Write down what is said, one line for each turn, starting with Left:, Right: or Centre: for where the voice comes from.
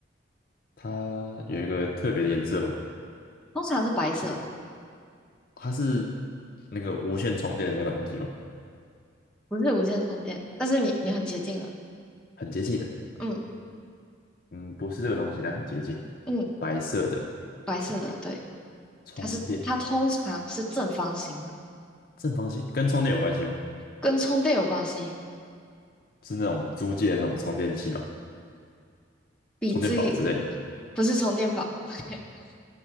Left: 它有一个特别的颜色吗？
Centre: 通常是白色，
Left: 它是那个无线充电的那个东西吗？
Centre: 不是无线充电，但是你你很接近了。
Left: 很接近的，
Centre: 嗯
Left: 嗯，不是这个东西，但很接近，
Centre: 嗯，
Left: 白色的
Centre: 白色的，对，
Left: 充电
Centre: 它是它通常是正方形的。
Left: 正方形，跟充电有关系吗？
Centre: 跟充电有关系，
Left: 是那种租借的那种充电器吗？
Centre: 比记
Left: 充电宝之类的？
Centre: 不是充电宝，<laughs>